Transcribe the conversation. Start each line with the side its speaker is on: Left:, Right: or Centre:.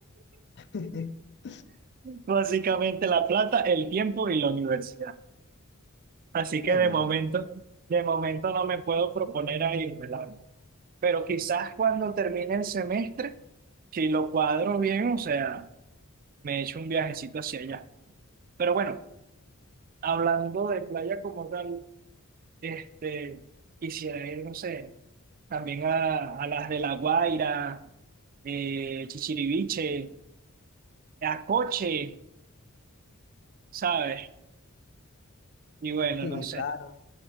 Left: <laughs>
Right: Básicamente la plata, el tiempo y la universidad. Así que
Left: Bueno,
Right: de momento,
Left: la-
Right: de momento no me puedo proponer a irme, la verdad. Pero quizás cuando termine el semestre Si lo cuadro bien, o sea, me echo un viajecito hacia allá. Pero bueno, hablando de playa como tal, este, quisiera ir, no sé, también a, a las de La Guaira, eh, Chichiriviche, a Coche, ¿sabes? Y bueno,
Left: sí,
Right: no sé.
Left: claro.